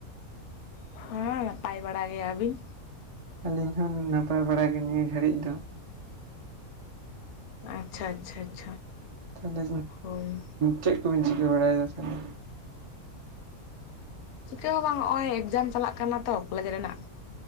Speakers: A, on the left (about 65°); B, on the right (about 55°).
A: ᱦᱮᱸ ᱱᱟᱯᱟᱭ ᱵᱟᱲᱟ ᱜᱮ, ᱟᱹᱵᱤᱱ?
B: ᱟᱹᱞᱤᱧ ᱦᱚᱸ ᱱᱟᱯᱟᱭ ᱵᱟᱲᱟ ᱜᱮ ᱱᱤᱭᱟᱹ ᱜᱷᱟᱹᱲᱤᱡ ᱫᱚ᱾
A: ᱟᱪᱪᱷᱟ ᱟᱪᱪᱷᱟ ᱟᱪᱪᱷᱟ
B: ᱛᱟᱦᱚᱞᱮ
A: ᱦᱳᱭ
B: ᱪᱮᱫ ᱠᱚᱵᱮᱱ ᱪᱤᱠᱟᱹ ᱵᱟᱲᱟᱭᱮᱫᱟ ᱛᱟᱦᱚᱞᱮ
A: ᱪᱤᱠᱟᱹ ᱦᱚᱸ ᱵᱟᱝ ᱱᱚᱜ-ᱚᱭ ᱮᱠᱡᱟᱢ ᱪᱟᱞᱟᱜ ᱠᱟᱱᱟ ᱛᱚ ᱠᱚᱞᱮᱡᱽ ᱨᱮᱱᱟᱜ